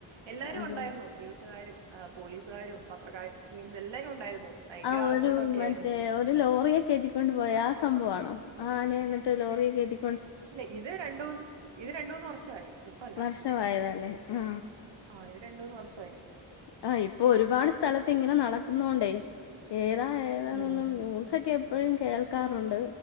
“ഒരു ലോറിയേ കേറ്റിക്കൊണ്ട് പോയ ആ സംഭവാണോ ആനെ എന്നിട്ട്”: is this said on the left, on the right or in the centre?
Left